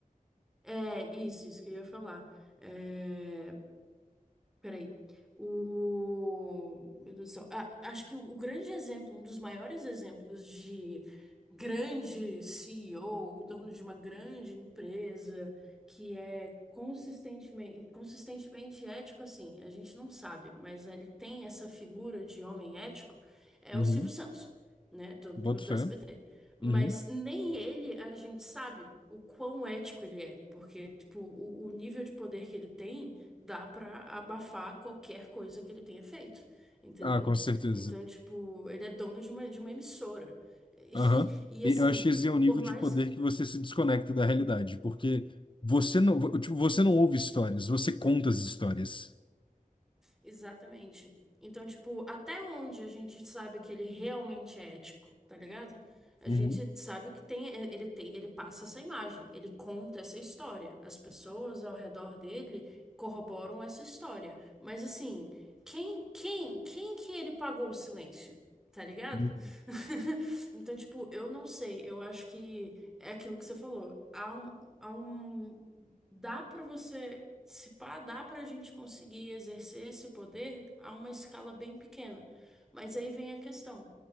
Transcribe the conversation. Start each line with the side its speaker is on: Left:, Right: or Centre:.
Centre: é isso, isso que eu ia falar. É, Peraí. O... Meu Deus do céu. Ah, acho que o, o grande exemplo, um dos maiores exemplos de grande CEO, dono de uma grande empresa, que é consistentemente, consistentemente ético, assim, a gente não sabe, mas ele tem essa figura de homem ético, é
Left: Uhum.
Centre: o Silvio Santos, né, do, do,
Left: Boto
Centre: do
Left: fé.
Centre: SBT. Mas
Left: Uhum.
Centre: nem ele a gente sabe o quão ético ele é, porque, tipo, o, o nível de poder que ele tem dá pra abafar qualquer coisa que ele tenha feito, entendeu?
Left: Ah, com certeza.
Centre: Então, tipo, ele é dono de uma, de uma emissora. <laughs> E,
Left: Aham.
Centre: e,
Left: E
Centre: assim,
Left: eu acho que esse é o nível
Centre: por mais.
Left: de poder que você se desconecta da realidade, porque você não, tipo, você não ouve histórias, você conta as histórias.
Centre: Exatamente. Então, tipo, até onde a gente sabe que ele realmente é ético, tá ligado? A
Left: Uhum.
Centre: gente sabe que tem, é, ele tem, ele passa essa imagem, ele conta essa história. As pessoas ao redor dele corroboram essa história. Mas assim, quem, quem, quem que ele pagou o silêncio? Tá ligado?
Left: Uhum.
Centre: <laughs> Então, tipo, eu não sei. Eu acho que é aquilo que você falou. Há um, há um dá para você, se pá, dá para a gente conseguir exercer esse poder a uma escala bem pequena. Mas aí vem a questão: